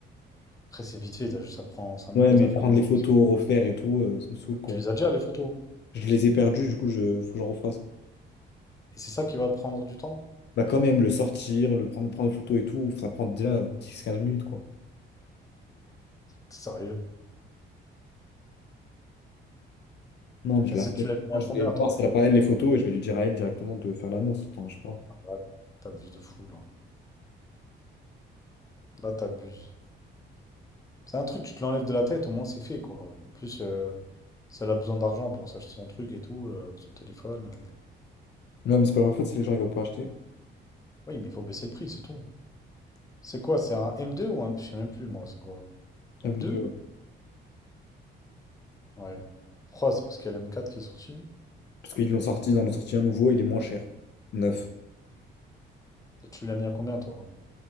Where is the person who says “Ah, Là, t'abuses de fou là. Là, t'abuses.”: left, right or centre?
Left